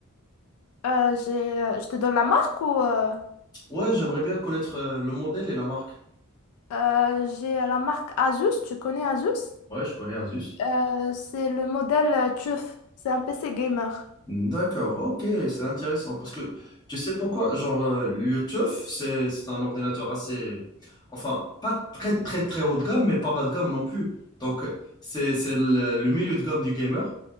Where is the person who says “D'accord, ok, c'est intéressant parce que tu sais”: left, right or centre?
Left